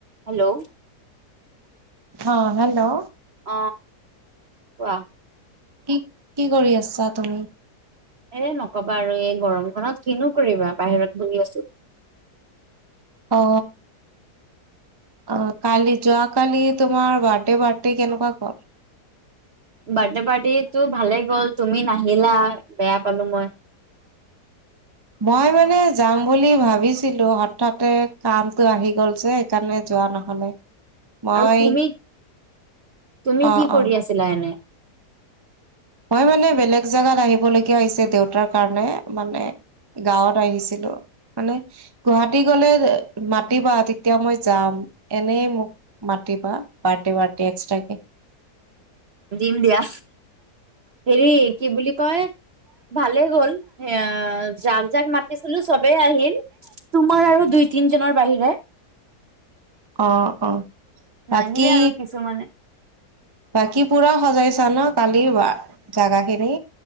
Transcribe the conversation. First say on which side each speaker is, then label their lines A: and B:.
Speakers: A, on the right (about 50°); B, on the right (about 20°).
A: Hello
B: অ hello
A: অ কোৱা?
B: কি কি কৰি আছা তুমি?
A: এ নকবা আৰু এই গৰমখনত কিনো কৰিবা বাহিৰত আছো।
B: অ। অ কালি যোৱা কালি তোমাৰ বাৰ্থডে পাৰ্টি কেনেকুৱা গ'ল।
A: বাৰ্থডে পাৰ্টিটো ভালে গ'ল তুমি নাহিলা বেয়া পালো মই।
B: মই মানে যাম বুলি ভাবিছিলো হঠাতে কামটো আহি গল যে সেইকাৰণে যোৱা নহ'লে। মই
A: আৰু তুমি, তুমি
B: অ
A: কি
B: অ
A: কৰি আছিলা এনে?
B: মই মানে বেলেগ জোগাত আহিবলগীয়া হৈছে দেউতাৰ কাৰণে মানে গাঁৱত আহিছিলো। মানে গুৱাহাটী গলে মাতিবা তেতিয়া মই যাম এনে মোক মাত- টিবা পাৰ্টি পাৰ্টি এক্সট্ৰা কে
A: দিম দিয়া হেৰি কি বুলি কয় ভালে গ'ল এ যাক যাক মাতিছিলো চবেই আহিল। তোমাৰ আৰু দুই তিনজনৰ বাহিৰে।
B: অ অ বাকী
A: নাহিলে আৰু কিছুমানে
B: বাকী পুৰা সজাইছা ন কালি জাগা খিনি।